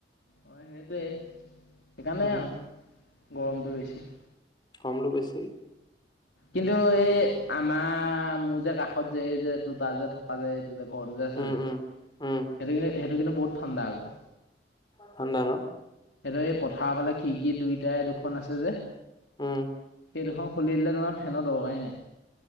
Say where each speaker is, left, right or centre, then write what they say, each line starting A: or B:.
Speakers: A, on the left (about 75°); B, on the left (about 25°).
A: অ সেইটোৱেই সেইকাৰণেই
B: উম
A: আৰু গৰমটো বেছি।
B: কামলৈয় গৈছে
A: কিন্তু এই আমাৰ মোৰ যে কাষত যে এই যে দুটা যে থকা যে যে ঘৰটো যে আছে
B: উম
A: যে সেইটো
B: উম উম
A: কিন্ত সেইটো কিন্তু বহুত ঠাণ্ডা আকৌ।
B: ঠাণ্ডা ন
A: সিহঁতৰ এই পথাৰ ফালে খিৰিকি দুইটাই দুখন আছে যে
B: উম।
A: সেই দুখন খুলি দিলে ধৰা ফেনৰ দৰকাৰেই নাই।